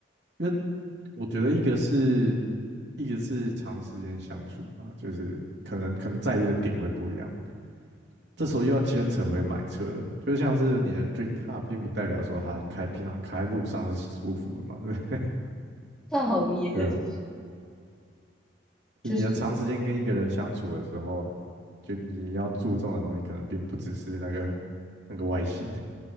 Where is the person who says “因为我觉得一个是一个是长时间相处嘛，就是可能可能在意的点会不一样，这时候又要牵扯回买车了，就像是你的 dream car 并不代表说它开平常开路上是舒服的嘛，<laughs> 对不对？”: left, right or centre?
Right